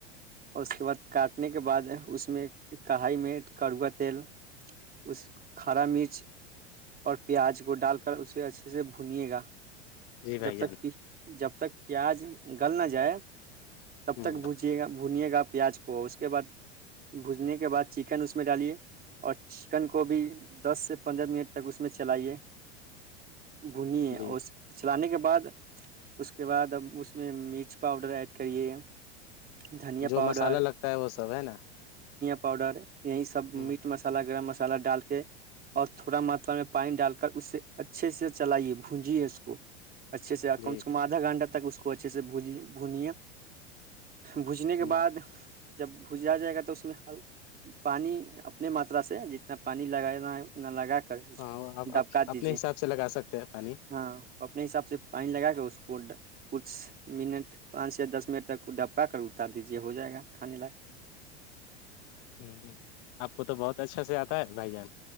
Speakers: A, on the right; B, on the left.
A: اور اس کے بعد کاٹنے کے بعد اس میں کڑھائی میں کروا تیل اس کرا مرچ اور پیاز کو ڈال کر اسے اچھے سے بھنیے گا
B: جی بھائی
A: جب
B: جان
A: تک پ جب ب تک پیاز گل نہ جائے تب
B: ہ
A: تک پوجے گا بھنیے گا پیاز کو اس کے بعد بھجنے کے بعد چکن اس میں ڈالیے اور چکن کو بھی دس سے پندرہ منٹ تک اس میں چلائیے گھنیی
B: جی
A: اور چلانے کے بعد اس کے بعد اب اس میں مرچ پاؤڈر ایڈ کریے دھنیا
B: جو
A: پاؤڈر
B: مسالہ لگتا ہے وہ سب ہے نا
A: پاؤڈار ہے یہی سب
B: ہ
A: میٹ مسالہ گرم مسہ مالا ڈال کے اور تھوڑا ماترا میں پانی ڈال کر اس سے اچھے سے چلائیے بھونجیے اس کو اچھے سے کم
B: جی
A: کمدھا گنٹہ تک اس کو اچھے سے بج بھنییا بھجنے کے
B: ہ
A: بعد جب بھجا جائے گا تو اس میں پانی اپنے ماترا سے جتنا پانی لگانا ہے اتنا لگا کر اس
B: ہاں
A: کو ڈبکا دیجیے
B: اپنے حساب سے لگا سکتے ہیں پانی
A: ہاں تو اپنے حساب سے پانی لگا کے اس اس کو کچھ منٹ پانچ سےیا دس منٹ تک کو ڈب پا کر اتار دیجے ہو جائے گا کھانے لائ
B: ہوں ہ آپ کو تو بہت اچھا سے آتا ہے بھائی جان